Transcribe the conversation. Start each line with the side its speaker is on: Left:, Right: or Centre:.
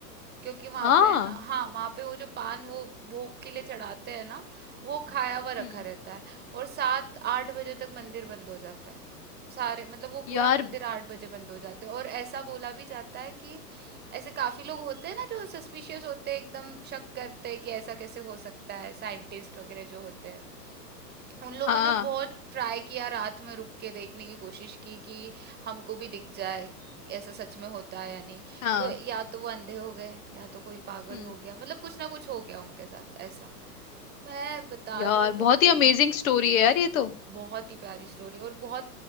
Right: क्योंकि वहां
Left: हाँ
Right: पे है ना हाँ वहां पे वो जो पान वो भोग के लिए चढ़ाते हैं ना वो खाया हुआ रखा
Left: हम्म
Right: रहता है और सात आठ बजे तक मंदिर बंद हो जाता है सारे मतलब वो पूरा
Left: यार
Right: मंदिर आठ बजे बंद हो जाते हैं और ऐसा बोला भी जाता है कि ऐसे काफी लोग होते हैं ना जो सस्पिशियस होते हैं एकदम शक करते हैं कि ऐसा कैसे हो सकता है साइंटिस्ट वगैरह जो होते हैं उन लोगों
Left: हाँ
Right: ने बहुत ट्राई किया रात में रुक के देखने की कोशिश की कि हमको भी दिख जाए ऐसा सच में होता है या नहीं
Left: हाँ
Right: तो या तो वो अंधे हो गए या तो कोई पागल
Left: हम्म
Right: हो गया मतलब कुछ ना कुछ हो गया उनके साथ ऐसा मैं बता
Left: यार
Right: रही हूँ तुमको
Left: बहुत ही अमेजिंग स्टोरी है यार ये तो
Right: बहुत ही प्यारी स्टोरी और बहुत